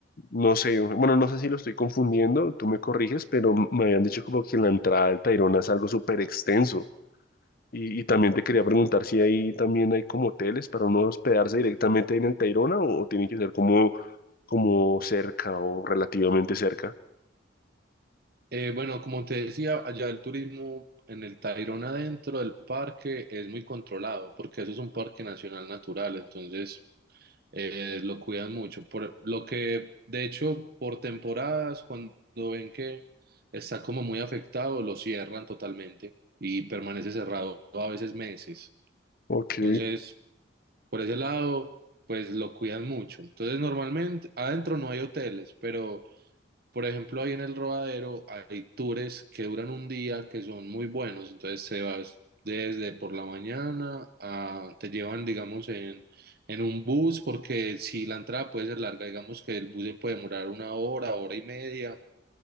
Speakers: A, on the left; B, on the right.
A: no sé, bueno, no sé si lo estoy confundiendo, tú me corriges, pero me habían dicho como que la entrada al Tayrona es algo súper extenso. Y, y también te quería preguntar si ahí también hay como hoteles para uno hospedarse directamente en el Tayrona o, o tiene que ser como, como cerca o relativamente cerca.
B: Eh, bueno, como te decía, allá el turismo en el Tayrona dentro del parque es muy controlado, porque eso es un parque nacional natural, entonces eh, lo cuidan mucho. Por lo que, de hecho, por temporadas, cuando ven que está como muy afectado, lo cierran totalmente y permanece cerrado a veces meses.
A: Ok,
B: Entonces, por ese lado, pues lo cuidan mucho. Entonces, normalmente adentro no hay hoteles, pero por ejemplo, ahí en el Rodadero hay tours que duran un día que son muy buenos. Entonces se vas desde por la mañana a, te llevan, digamos, en, en un bus, porque si la entrada puede ser larga, digamos que el bus se puede demorar una hora, hora y media